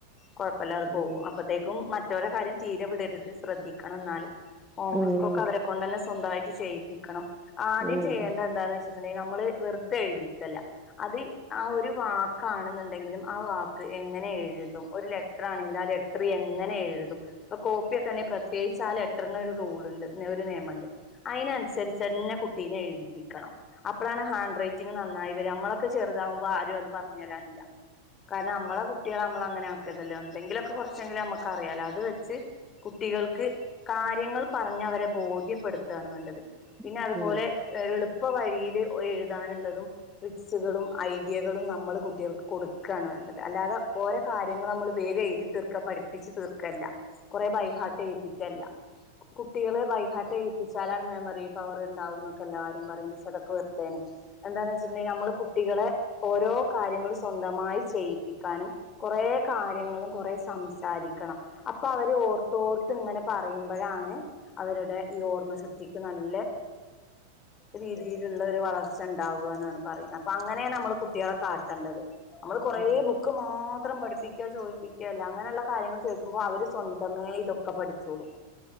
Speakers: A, on the left; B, in the centre.
A: കുഴപ്പല്ലാതെ പോകും
B: ഉം
A: അപ്പത്തേക്കും മറ്റവരെ കാര്യം തീരെ വിടരുത് ശ്രദ്ധിക്കണം ന്നാലും ഹോംവർക്കൊക്കെ
B: ഉം
A: അവരെ കൊണ്ടന്നെ സ് സ്വന്തായിട്ട് ചെയ്യിപ്പിക്കണം ആദ്യം
B: ഉം
A: ചെയ്യേണ്ടതെന്താന്ന് വെച്ചി നെ നമ്മള് വെറ്തെ എഴുതിക്കല്ല അത് ആ ഒരു വാക്കാണെന്നുണ്ടെങ്കിലും ആ വക്ക് എങ്ങനെയാണ് എഴ ഒരു ലെറ്റർ ആണെങ്കിൽ ആ ലെറ്റർ എങ്ങനെ എഴുതും ഇപ്പ കോപ്പിയൊക്കെെ പ്രത്യേകിച്ചാ പെട്ടനൊരു റൂൾുണ്ട് ഒരു നിയമുണ്ട് അയിന്നുസരിച്ച്ന്നെ കുട്ടീനെ എഴുതി പപ്പിക്കണം അപ്പളാണ് ഹാ നന്നായിര് നമ്മളൊെറുതാവുമോ പ്പ ആരും അത് പറഞ്ഞു തരില്ല കാരണം നമ്മളെ കുട്ടികൾെ നമ്മള അങ്ങനെ ല്ല എന്തെങ്കിലും നറ വെ കുട്ട ക പറഞ്ഞ അവരെ ബോധ്യപ്പെടുത്തി ാണ് വേണ്ടത് പിന്നെ
B: ഇതുണ്ടാവ
A: അതുപോലെ എ ഇപ്പ വഴിയിയില്ഴു എതാനുള്ളതും ട്രിക്സുകളും ഐഡിയകളും നമ്മ മല കുട്ടികൾ കൊടു ബക്കാണ് വേണ്ടത് അല്ലാതെ ഓരോ കാര്യങ്ങൾ നമ്മൾ വേറെ എഴുതി തീർക്കുക പഠിപ്പിച്ച് തീർക്കുകല്ല കുറെ ബൈഹാട്ട് ഏപ്പിക്കല്ല കുട്ടികളെ വൈകാട്ട് ഏപ്പ വി ചാലാണ് മെമ്മറി പവർണ്ടാവുംൊക്കെ എല്ലാവരും പറയ്പ സടക്ക വത്താണ് എന്താന്ന് വെച്ചിട്ടണ്ടെങ്കിൽ നമ്മള് കുട്ടികളെ ഓരോ കാര്യങ്ങളൾ സ്വന്തമായി ചെയ്യിപ്പിക്കാനും കുറേ കാര്യങ്ങളും കുറ സം വിസാരിക്കണം അപ്പൊ അവര് ഓർത്തോർത്ത് ഇങ്ങനെ പറയുന്ന ഇ്പഴാണ് അവരുടെ ഈ ഓർമ്മ ശക്തിക്ക് നല്ല രീതിയിലുള്ള ഒരു വളർ ഉണ്ടാവുകാണ് പറയുന്നത് അപ്പൊ അങ്ങനെയാണ് നമ്മള് കുട്ടികളെ കാട്ടേണ്ടത് നമ്മള് കൊറേ
B: ഉം
A: ബുക്ക് മാത്രം പഠിപ്പിക്കുക ചോ ചോതിപ്പിക്കുക അങ്ങനെയുള്ള കാര്യങ്ങൾ ചോദിക്കുമ്പോ അവര് സ്വന്തമേ ഇതൊക്കെ പഠിച്ചോളും